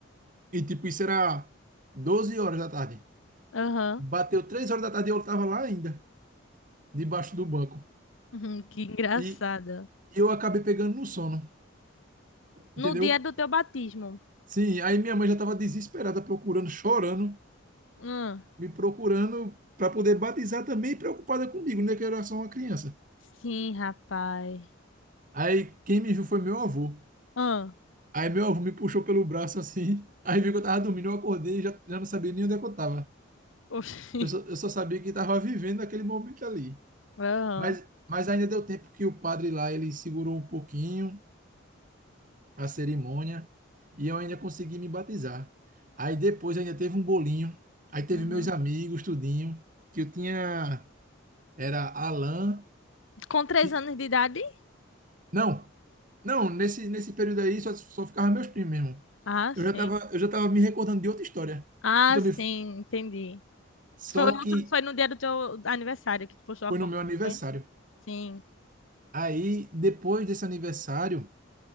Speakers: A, on the right; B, on the left.
A: E tipo, isso era 12 horas da tarde.
B: aham.
A: Bateu 3 horas da tarde e eu tava lá ainda, debaixo do banco.
B: Uhum, que engraçada.
A: E eu acabei pegando no sono, entendeu?
B: No dia do teu batismo.
A: Sim, aí minha mãe já tava desesperada, procurando, chorando,
B: Hum.
A: me procurando para poder batizar também, preocupada comigo, né? Que eu era só uma criança.
B: Sim, rapaz.
A: Aí quem me viu foi meu avô.
B: Hum.
A: Aí meu avô me puxou pelo braço assim. <laughs> Aí viu que eu tava dormindo, eu acordei e já, já não sabia nem onde é que eu tava.
B: Oxi.
A: Eu só, eu só sabia que estava vivendo aquele momento ali.
B: Aham.
A: Mas, mas ainda deu tempo que o padre lá, ele segurou um pouquinho a cerimônia e eu ainda consegui me batizar. Aí depois ainda teve um bolinho, aí teve
B: Uhum.
A: meus amigos, tudinho, que eu tinha, era Alan,
B: Com três
A: Ti-
B: anos de idade?
A: não, não, nesse, nesse período aí só, só ficava meus primos mesmo.
B: Ah, sim.
A: Eu já tava, eu já tava me recordando de outra história,
B: Ah,
A: que também,
B: sim,
A: f-
B: entendi.
A: só
B: Foi, outro-
A: que
B: foi no dia do teu aniversário que tu postou
A: foi
B: a foto,
A: no meu aniversário.
B: não foi? Sim.
A: Aí, depois desse aniversário,